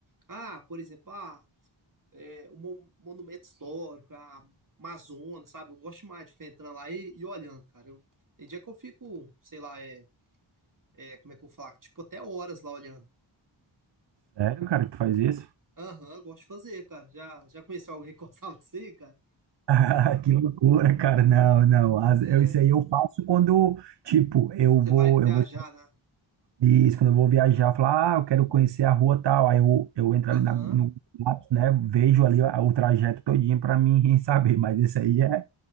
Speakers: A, on the right; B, on the right.
A: ah, por exemplo, ah, é, um mon- monumento histórico, a Amazonas, sabe? Eu gosto demais de ficar entrando lá e, e olhando, cara. Eu, tem dia que eu fico, sei lá, é, é, como é que eu vou falar? Tipo, até horas lá olhando.
B: Sério, cara, que tu faz isso? <laughs>
A: Aham, eu gosto de fazer, cara. Já, já conheceu alguém que gostava <laughs> disso aí, cara?
B: Ah, Que loucura, cara. Não, não. As-
A: É,
B: eu, isso aí eu faço quando, tipo, eu
A: você
B: vou,
A: vai viajar,
B: eu vou
A: né?
B: Isso, quando eu vou viajar, eu falo, ah, eu quero conhecer a rua tal. Aí eu, eu entro
A: Aham.
B: ali na, no Maps, né? Vejo ali a- o trajeto todinho para mim <laughs> saber. Mas
A: Uhum.
B: isso aí é,